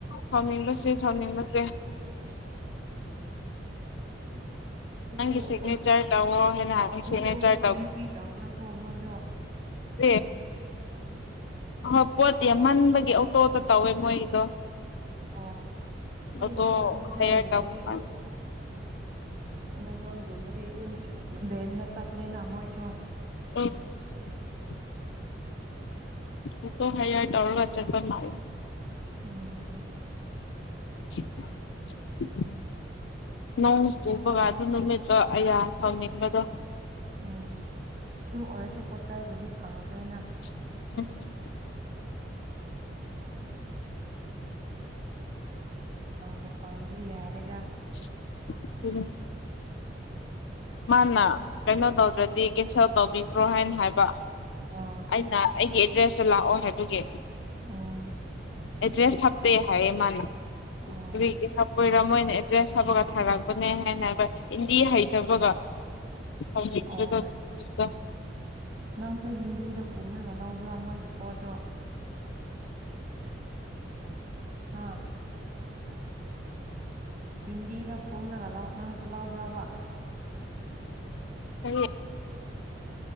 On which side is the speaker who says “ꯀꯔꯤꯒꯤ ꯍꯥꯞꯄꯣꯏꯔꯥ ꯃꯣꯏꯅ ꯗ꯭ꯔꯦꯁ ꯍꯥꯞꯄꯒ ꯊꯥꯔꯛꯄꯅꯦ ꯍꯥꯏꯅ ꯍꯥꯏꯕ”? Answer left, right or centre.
Left